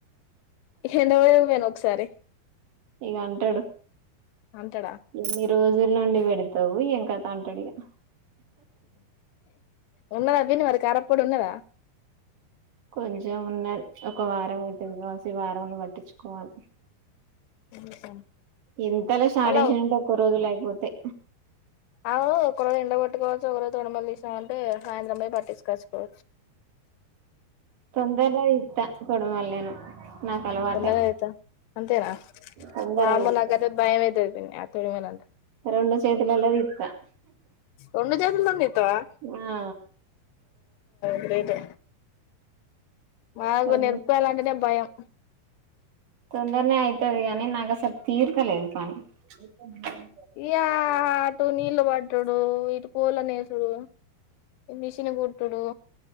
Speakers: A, on the left (about 85°); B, on the right (about 55°).
A: హంద <inaudible> ఒకసారి
B: ఇగ అంటడు
A: అంటడా
B: ఎన్ని రోజు ఏళ్ళ నుండి పెడతావు ఏం కథ అంటడిగా
A: ఉన్నదా ఏదైనా కారప్పడు ఉన్నదా అ
B: కొంచెం ఉన్నది ఒక వారం అయితే కావాసి వారంనలో పట్టించుకోవాలి
A: <inaudible>
B: ఎంతలా సాడేసేనంటే
A: మళ్ళ
B: ఒక్క రోజుల అయిపోతాయి
A: అవు ఒకరోజు ఎండగట్టుకోవచ్చు ఒకరోజు తొడమలు తీసామంటే సాయంత్రంపోయి పట్టించుకోవచ్చు
B: తొందరనే తిత్త తోడిమలె నేను నాకు అలవాటే
A: వందనే అయితా అంతేనా
B: తొందరగా
A: వామ్మో
B: తీత్తా
A: నాకైతే భయం ఈతది <inaudible>
B: రెండు చేతులలో తీత
A: రెండు చేతులతోని తీత్తవా
B: ఆ
A: గ్రేట్ఏ మాకు
B: తొడవల్
A: నేరపకాయలు అంటేనే భయం
B: తొందరనే అయితుది గానీ నాకు అసలు తీర్కలేదు పని <unintelligible>
A: ఇయ ఆటుూ నీళ్లు బటు డు ఇటు పూలనే డు మిషన్ కుట్టుడు